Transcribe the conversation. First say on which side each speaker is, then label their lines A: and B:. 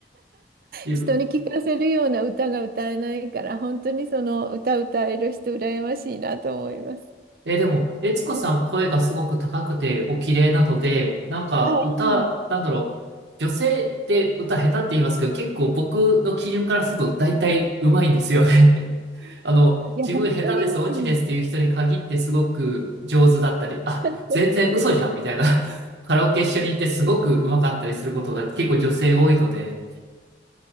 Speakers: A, on the right; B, on the right.
A: <laughs> 自分。
B: 人に聞かせるような歌が歌えないから、本当にその歌歌える人羨ましいなと思います。
A: え、でも、悦子さん声がすごく高くてお綺麗なので、なんか歌、
B: あ、いい
A: なんだろう、女性って歌下手って言いますけど、結構僕の基準からすると大体上手いんですよね。<laughs> あの、
B: いや、
A: 自分下手です、
B: 本当にマジなんで
A: オチですっていう人に限ってすごく上手だったり、あ、
B: す。
A: 全然嘘じゃんみたいな。<laughs> カラオケ一緒に行ってすごく上手かったりすることが結構女性多いので、